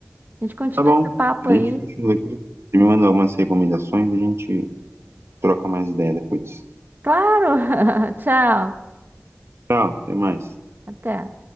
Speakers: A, on the right; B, on the right.
A: A gente continua
B: Tá bom.
A: esse papo
B: A
A: aí.
B: gente continua aqui. Você me manda algumas recomendações e a gente troca mais ideia depois.
A: Claro! <laughs> Tchau!
B: Tchau, até mais.
A: Até!